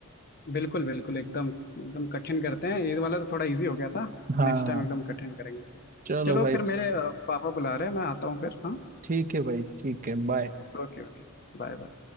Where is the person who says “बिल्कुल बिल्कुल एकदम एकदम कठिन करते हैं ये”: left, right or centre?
Left